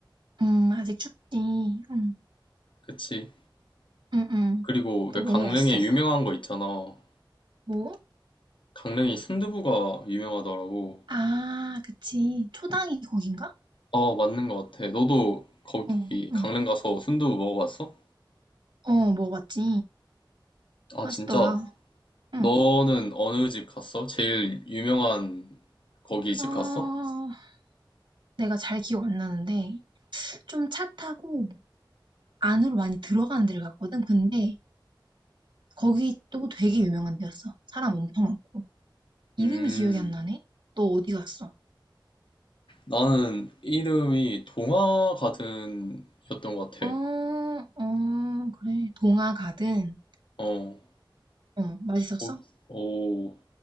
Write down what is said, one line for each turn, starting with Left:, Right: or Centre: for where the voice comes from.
Right: 음, 아직 춥지. 응,
Left: 그치.
Right: 응, 응.
Left: 그리고
Right: 또
Left: 왜
Right: 뭐
Left: 강릉에
Right: 먹었어?
Left: 유명한 거 있잖아.
Right: 뭐?
Left: 강릉이 순두부가 유명하더라고.
Right: 아, 그치. 초당이 거긴가?
Left: 어, 맞는 것 같아. 너도 거기
Right: 어,
Left: 강릉
Right: 응.
Left: 가서 순두부 먹어봤어?
Right: 어, 먹어봤지.
Left: 아,
Right: 맛있더라.
Left: 진짜. 너는
Right: 응.
Left: 어느 집 갔어? 제일 유명한 거기 집
Right: 아,
Left: 갔어?
Right: 내가 잘 기억 안 나는데 좀 차 타고 안으로 많이 들어가는 데를 갔거든. 근데 거기 또 되게 유명한 데였어. 사람 엄청 많고. 이름이
Left: 음,
Right: 기억이 안 나네? 너 어디 갔어?
Left: 나는 이름이 동화가든이었던 것 같아.
Right: 어, 어, 그래. 동화 가든.
Left: 어,
Right: 어, 맛있었어?
Left: 거, 오,